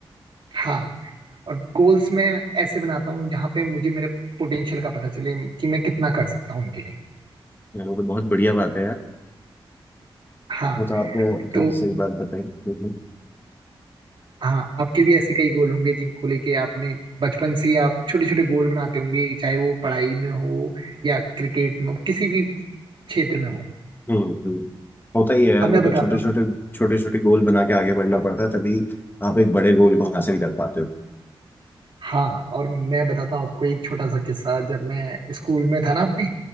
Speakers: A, on the right (about 55°); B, on the left (about 20°).
A: हाँ और गोल्स मैं ऐसे बनाता हूँ जहाँ पे मुझे मेरे पोटेंशियल का पता चले कि मैं कितना कर सकता हूँ उनके लिए
B: ये तो बहुत बढ़िया बात है यार
A: हाँ
B: वो तो आपने
A: तो
B: काफी सही बात बताई लेकिन
A: हाँ आपके भी ऐसे कई गोल होंगे जिनको लेके आपने बचपन से ही आप छोटे छोटे गोल बनाते होंगे चाहे वो पढ़ाई में हो या क्रिकेट में हो किसी भी क्षेत्र में हो
B: हम्म हम्म होता ही है यार
A: अब मैं
B: वो तो
A: बताता
B: छोटे
A: हूँ
B: छोटे छोटे छोटे गोल बना के आगे बढ़ना पड़ता है तभी आप एक बड़े गोल को हासिल कर पाते हो
A: हाँ और मैं बताता हूँ आपको एक छोटा सा किस्सा जब मैं स्कूल में था ना अपने